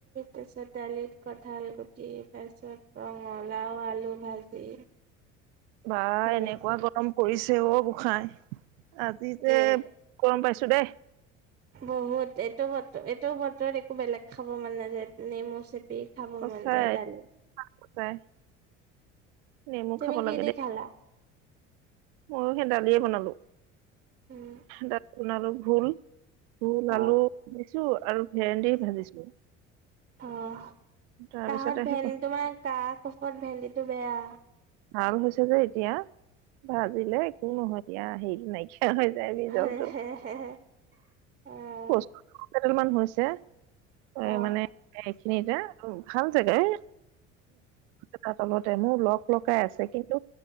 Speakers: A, on the right; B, on the right.
A: তাৰপিছত দালিত কঠাল গুটি তাৰ পিছত ৰঙালাও, আলু ভাজি।
B: বা
A: সেনেকে
B: এনেকুৱা গৰম পৰিছে অ' গোঁসাই। আজি যে
A: এ
B: গৰম পাইছো দেই।
A: বহুত এইটো বতৰ এইটো বতৰত একো বেলেগ খাব মান নাযায় নেমু চেপি পি খাব
B: সঁচাই
A: মন যায় দালি।
B: সঁচাই নেমু
A: তুমি
B: খাব
A: কি
B: লাগে
A: দেখালা।
B: দেই। ময়ো সেই দালিয়ে বনালো,
A: উম,
B: দালি বনালো ভোল। ভোল আলু
A: অ',
B: ভাজিছো আৰু ভেন্দি ভাজিছো।
A: অ'
B: তাৰপিছতে
A: কাহত ভেন্দি
B: সেই
A: তোমাৰ কাহ-কফত ভেন্দিটো বেয়া।
B: ভাল হৈছে যে এতিয়া, ভাজিলে একো নহয় এতিয়া হেৰিটো নাইকিয়া হৈ যায় বিজলটো।
A: হে হে হে হে অ',
B: কচুকেইডাল মান হৈছে এ
A: অ',
B: মানে খিনিতে ভাল জেগাই ত' তলতে মোৰ লগ লগাই আছে কিন্তু